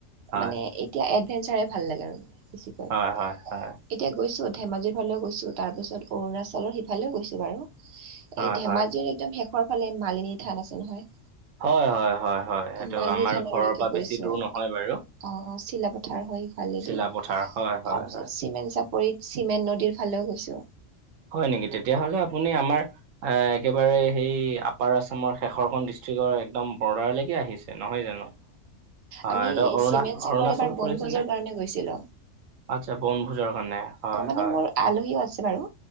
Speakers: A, on the right; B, on the right.
A: হয়
B: মানে এতিয়া এডভেঞ্চাৰে ভাল লাগে আৰু বেছিকৈ।
A: হয় হয় হয়
B: এতিয়া গৈছো, ধেমাজিৰ ফালেও গৈছো, তাৰপাছত অৰুণাচৰ সিফালেও গৈছো বাৰু।
A: হয়
B: এই ধেমাজিৰ
A: হয়
B: একদম শেষৰ ফালে মালিনী থান আছে নহয়।
A: হয়, হয়, হয়, হয়, সেইটো
B: মালিনী
A: আমাৰ
B: থানলৈকে
A: ঘৰৰ পৰা
B: গৈছো।
A: বেছি দূৰ নহয় বাৰু।
B: অ', চিলাপথাৰ হয় ই,
A: চিলাপথাৰ হয় হয়
B: তাৰপিছত
A: হয়
B: চিমেণ চাপ পৰিত চিমেণ্ট নদীৰ ফালেও গৈছো।
A: হয় নেকি, তেতিয়াহলে আপুনি আমাৰ এ একেবাৰে সেই আপাৰ আছামৰ শেষৰখন ডিষ্ট্ৰিক্টৰ একদম বৰ্ডাৰলৈকে আহিছে। নহয় জানো অ',
B: আমি
A: অৰুণা
B: চিমেণ্ট চাপৰিত
A: অৰুণাচল
B: এবাৰ বনভোজৰ
A: ফুৰিছেনে নে?
B: কাৰণে গৈছিলো
A: আচ্ছা বনভোজৰ কাৰণে হয়,
B: অ মানে
A: হয়।
B: মোৰ আলহীও আছে বাৰু